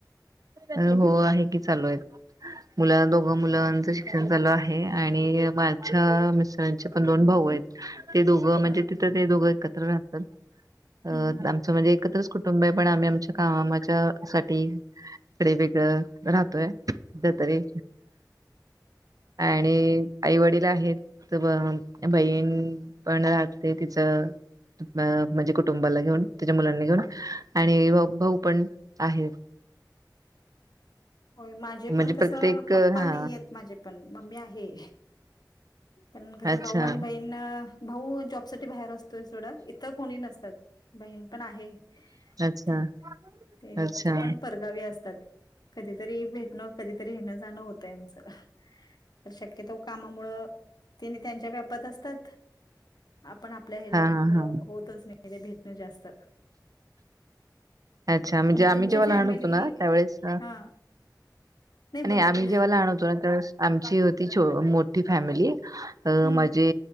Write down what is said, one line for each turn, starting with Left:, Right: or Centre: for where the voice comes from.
Right: अ हो आहे की चालू आहेत. मुल दोघ मुलांच शिक्षण चालू आहे आणि माझ्या मिस्टरांचे पण दोन भाऊ दोघ म्हणजे
Left: होय
Right: तिथं ते दोघ एकत्र राहात
Left: हम्म.
Right: आमचं म्हणजे एकत्र कुटुंब पण आम्ही आमच्या कामाच्यासाठी इकडे वेगळं राहतोय सध्या तरी आणि आई वडील आहेत तर ब बहीण पण राहते तिचं म्हणजे कुटुंबाला घेऊन तिच्या मुलांनी घेऊन आणि भाऊ पण आहेत.
Left: होय माझे
Right: म्हणजे
Left: पण कसं
Right: प्रत्येक
Left: पप्पा
Right: हा
Left: नाहीयेत माझे पण मम्मी आहे. पण कसं
Right: अच्छा
Left: भाऊ आणि बहीण भाऊ जॉब साठी बाहेर असतोय सोडा इथं कोणी नसतात. बहीण पण आहे
Right: अच्छा
Left: ते
Right: अच्छा
Left: तर पण परगावी असतात. कधीतरी भेटणं कधीतरी येण जाणं होत आमचं शक्यतो कामामुळे त्यांच्या व्यापत असतात. आपण आपल्या ह्याच्यामुळं
Right: हा हा हा
Left: होतच नाही ते भेटणं जास्त.
Right: अच्छा म्हणजे
Left: पण
Right: आम्ही
Left: तुमची
Right: जेव्हा
Left: फॅमिली
Right: लहान होतो ना त्यावेळेस
Left: हा नाही
Right: आणि
Left: बोला
Right: आम्ही
Left: की
Right: जेव्हा लहान होतो ना तेव्हा आमची होती मोठी फॅमिली अ
Left: हम्म
Right: माझे